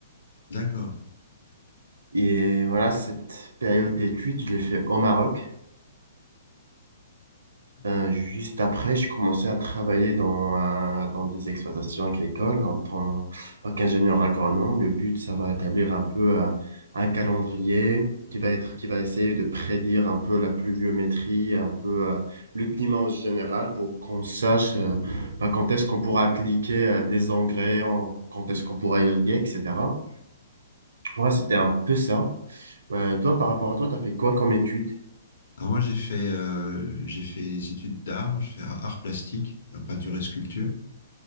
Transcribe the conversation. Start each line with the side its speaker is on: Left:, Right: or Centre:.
Left: D'accord.
Right: Et voilà, cette période d'études, je l'ai fait au Maroc.
Left: Ah, c'est-
Right: Euh, juste après, je commençais à travailler dans, euh, dans des exploitations agricoles en tant en tant qu'ingénieur agronome. Le but, ça va établir un peu euh, un calendrier qui va être, qui va essayer de prédire un peu la pluviométrie, un peu euh, le climat en général pour qu'on sache euh, bah, quand est-ce qu'on pourra appliquer euh, des engrais, en- quand est-ce qu'on pourra irriguer, etc. Ouais, c'était un peu ça. Euh, toi, par rapport à toi, tu as fait quoi comme étude?
Left: Alors moi, j'ai fait, euh, j'ai fait des études d'art, Je fais art plastique, la peinture et sculpture.